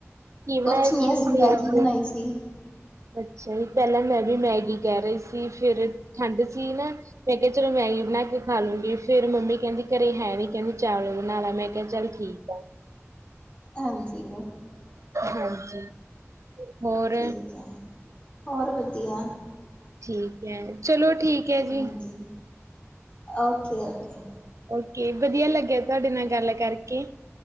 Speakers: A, on the right; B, on the left.
A: ਬਣਾਇਆ
B: ਕੁਛ ਨੀ,
A: ਸੀ
B: ਅਸੀਂ
A: ਤੁਸੀਂ
B: ਮੈਗੀ
A: ਅੱਜ
B: ਬਣਾਈ ਸੀ।
A: ਅੱਛਾ ਜੀ ਪੈਲਾਂ ਮੈਂ ਵੀ ਮੈਗੀ ਕਹਿ ਰਹੀ ਸੀ, ਫੇਰ ਠੰਡ ਸੀ ਨਾ। ਮੈਂ ਕਿਹਾ ਚਲੋ ਮੈਗੀ ਬਣਾ ਕੇ ਖਾ ਲੂੰਗੀ, ਫੇਰ ਮੰਮੀ ਕਹਿੰਦੀ ਘਰੇ ਹੈ ਨੀ ਕਹਿੰਦੀ ਚਾਵਲ ਬਣਾ ਲਾ ਮੈਂ। ਕਿਹਾ ਚੱਲ ਠੀਕ ਆ।
B: ਹਾਂਜੀ।
A: ਹਾਂਜੀ। ਹੋਰ
B: ਠੀਕ ਹੈ ਹੋਰ ਵਧੀਆ।
A: ਠੀਕ ਐ। ਚਲੋ ਠੀਕ ਹੈ ਜੀ
B: ਹਾਂਜੀ। ਓਕੇ-ਓਕੇ।
A: ਓਕੇ। ਵਧੀਆ ਲੱਗਿਆ, ਤੁਹਾਡੇ ਨਾਲ ਗੱਲ ਕਰਕੇ।